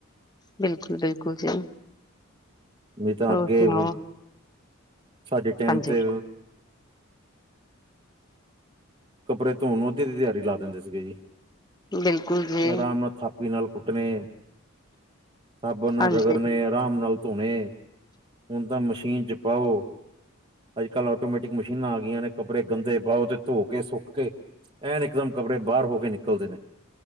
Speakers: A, on the left; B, on the right.
A: ਬਿਲਕੁਲ ਬਿਲਕੁਲ ਜੀ।
B: ਨਈ ਤਾਂ
A: ਹੋਰ
B: ਅੱਗੇ
A: ਸੁਣਾਓ
B: ਓ ਸਾਡੇ ਟਾਈਮ
A: ਹਾਂਜੀ
B: ਤੇ ਕੱਬਰੇ ਧੋਣ ਨੂੰ ਅੱਧੀ-ਅੱਧੀ ਦਿਹਾੜੀ ਲਾ ਦਿੰਦੇ ਸੀਗੇ ਜੀ।
A: ਬਿਲਕੁਲ ਜੀ
B: ਅਰਾਮ ਨਾਲ ਥਾਪੀ ਥਾਪੀ ਨਾਲ ਕੁੱਟਣੇ ਸਾਬਣ ਨਾਲ
A: ਹਾਂਜੀ
B: ਰਗੜ ਨੇ ਆਰਾਮ ਨਾਲ ਧੋਣੇ, ਹੁਣ ਤਾਂ ਮਸ਼ੀਨ ਚ ਪਾਓ ਅੱਜ-ਕੱਲ੍ਹ ਆਟੋਮੈਟਿਕ ਮਸ਼ੀਨਾਂ ਆ ਗਈਆਂ ਨੇ ਕੱਪੜੇ ਗੰਦੇ ਪਾਓ ਤੇ ਧੋ ਕੇ ਸੁੱਕ ਕੇ ਐਨ ਇਕਦਮ ਕੱਪੜੇ ਬਾਹਰ ਹੋ ਕੇ ਨਿਕਲਦੇ ਨੇ।